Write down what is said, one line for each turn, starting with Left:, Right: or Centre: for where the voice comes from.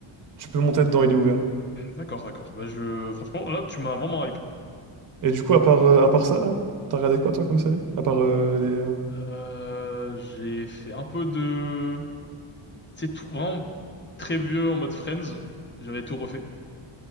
Right: Tu peux monter dedans, il est ouvert.
Left: D'accord, d'accord. Bah je, franchement, là, tu m'as vraiment hype.
Right: Et du coup, à part, euh, à part ça, là, t'as regardé quoi, toi, comme série? À part euh, les... euh,
Left: Euh, j'ai fait un peu de, c'est tout vraiment très vieux en mode Friends. J'avais tout refait.